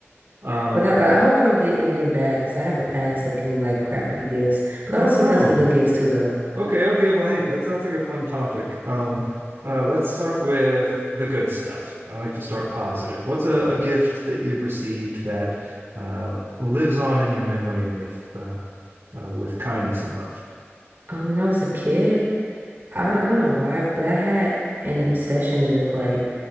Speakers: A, on the right; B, on the right.
A: Um,
B: But I, I hope I don't get anything bad because I have a past of getting like crappy gifts. But I
A: oh
B: also
A: no.
B: got some good gifts too though.
A: Okay. Okay. Well, hey, that sounds like a fun topic. Um, uh, let's start with the good stuff. I like to start positive. What's a, a gift that you've received that uh, lives on in your memory with uh, uh, with kindness and love?
B: Um, when I was a kid, I don't I don't know why, but I had an obsession with like